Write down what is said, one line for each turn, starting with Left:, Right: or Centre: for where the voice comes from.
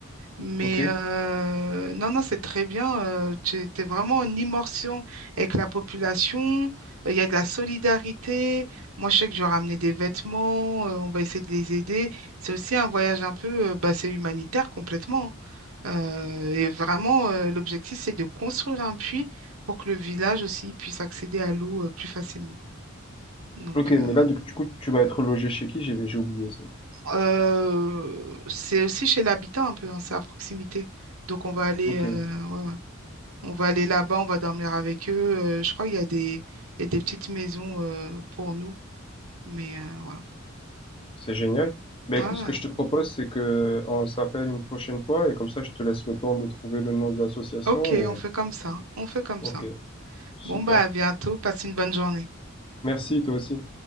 Right: Mais
Left: ok?
Right: euh, non, non, c'est très bien. euh, tu es vraiment en immersion avec la population. Il y a de la solidarité. Moi, je sais que je vais ramener des vêtements. euh, on va essayer de les aider. C'est aussi un voyage un peu, euh, bah, c'est humanitaire complètement. hein. Euh, et vraiment, euh, l'objectif, c'est de construire un puits pour que le village aussi puisse accéder à l'eau euh, plus facilement. Donc,
Left: Ok, mais
Right: euh,
Left: là, du du coup, tu vas être logé chez qui? J'ai j'ai oublié ça.
Right: Euh, c'est aussi chez l'habitant un peu, hein, c'est à proximité. Donc on va aller,
Left: Ok,
Right: euh,
Left: ok.
Right: ouais, ouais. On va aller là-bas, on va dormir avec eux. Euh, je crois qu'il y a des, il y a des petites maisons euh, pour nous, mais euh, voilà.
Left: C'est génial. Ben
Right: Voilà.
Left: écoute, ce que je te propose, c'est que on se rappelle une prochaine fois et comme ça, je te laisse le temps de trouver le nom de l'association
Right: Ok,
Left: et
Right: on fait comme ça. On fait comme
Left: ok,
Right: ça.
Left: super.
Right: Bon, bah à bientôt. Passe une bonne journée.
Left: Merci, toi aussi.